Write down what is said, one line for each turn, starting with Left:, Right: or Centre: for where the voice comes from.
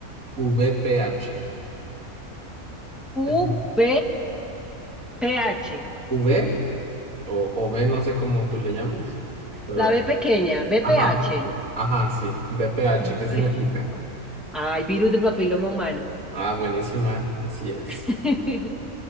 Right: VPH?
Centre: U
Right: ¿Es
Centre: B P H,
Right: ¿V o, o V? No sé cómo tú le llames, pero...
Centre: La B pequeña, B
Right: Ajá,
Centre: BPH.
Right: justo. Ajá, sí. VPH,
Centre: B-
Right: ¿qué significa?
Centre: Ay, virus de papiloma humano.
Right: Ah, buenísima. Así es.
Centre: <laughs>